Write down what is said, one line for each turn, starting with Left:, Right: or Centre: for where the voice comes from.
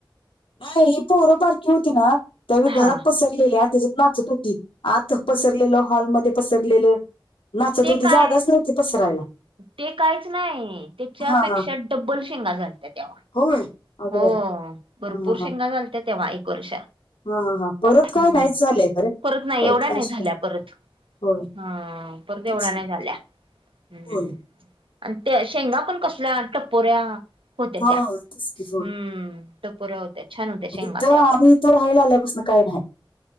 Left: नाही हि पोरं बारकी होती ना त्यावेळी
Right: हा
Left: घरात पसर लेली आत त्याच्यात नाचत होती आत पसरलेलं हॉलमध्ये पसरलेलं नाचत
Right: ते
Left: होती
Right: काय
Left: जागाच नव्हती पसरायला
Right: ते काहीच नाही त्याच्यापेक्षा
Left: हा हा
Right: डब्बल शेंगा झालत्या तेव्हा
Left: होय
Right: हो
Left: बाई
Right: भरपूर
Left: हा हा
Right: शेंगा
Left: हा.
Right: झालत्या तेव्हा एक वर्ष
Left: हा हा हा परत
Right: हम्म
Left: काय नाहीच झालंय खरे
Right: परत नाही एवढ्या
Left: काय
Right: नाही झाल्या
Left: सुद्धा
Right: परत
Left: होय
Right: हा पर एवढ्या
Left: तेच
Right: नाही
Left: की
Right: झाल्या हम्म
Left: होय
Right: आणि त्या शेंगा पण कसल्या टपोऱ्या होत्या
Left: होय
Right: त्या
Left: तेच की
Right: हम्म टपोऱ्या होत्या छान होत्या शेंगा
Left: इथं
Right: त्या
Left: आम्ही
Right: पण
Left: इथं राहायला आल्यापसनं काय नाय